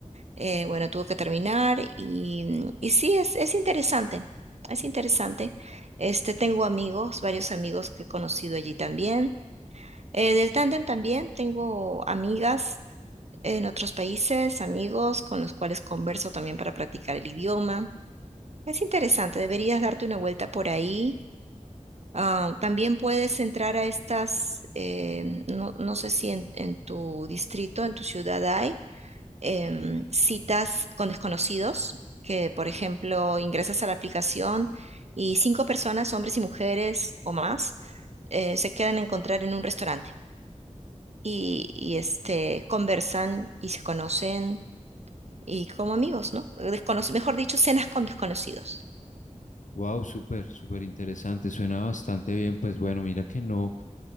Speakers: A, on the right; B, on the left.
A: eh, bueno, tuvo que terminar y, mm, y sí, es, es interesante, es interesante. Este, tengo amigos, varios amigos que he conocido allí también. Eh, del tándem también tengo amigas en otros países, amigos con los cuales converso también para practicar el idioma. Es interesante, deberías darte una vuelta por ahí. Ah, también puedes entrar a estas, em, no, no sé si en, en tu distrito, en tu ciudad hay em, citas con desconocidos, que por ejemplo ingresas a la aplicación y cinco personas, hombres y mujeres o más, eh, se quedan a encontrar en un restaurante y, y, este, conversan y se conocen y como amigos, ¿no? Desconoc- mejor dicho, cenas con desconocidos.
B: Wow, súper, súper interesante. Suena bastante bien. Pues bueno, mira que no.